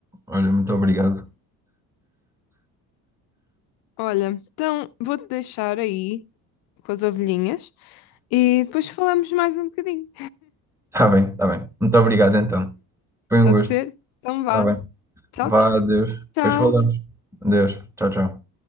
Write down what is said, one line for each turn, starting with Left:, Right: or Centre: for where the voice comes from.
Centre: Olha, muito obrigado.
Left: Olha, então vou-te deixar aí com as ovelhinhas e depois falamos mais um bocadinho.
Centre: Está bem, está bem. Muito obrigado, então. Foi um
Left: Pode
Centre: gosto.
Left: ser? Então vá.
Centre: tá bem.
Left: Tchau,
Centre: Vá, adeus.
Left: tchau.
Centre: Depois falamos. Adeus. Tchau, tchau.